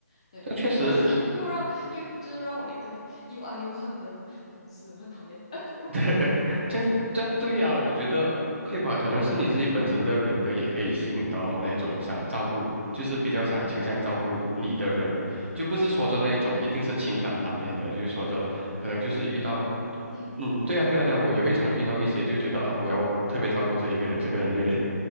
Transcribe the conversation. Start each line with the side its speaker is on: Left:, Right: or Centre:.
Left: 对，
Right: 但确实
Left: 他就是又让又就让我一个又爱又恨的同事，很讨厌。<laughs>
Right: 对，<laughs> 这样这样对呀，我觉得可以吧，可能是你自己本身的人格也可以吸引到那种想照顾，就是比较想倾向照顾你的人，就不是说着那一种一定是情感方面的，就是说着可能就是遇到，
Left: 嗯。<clears throat>
Right: 嗯，对呀对呀对呀，我也会常遇到一些就觉得啊，我要特别照顾这一个人，这个人有点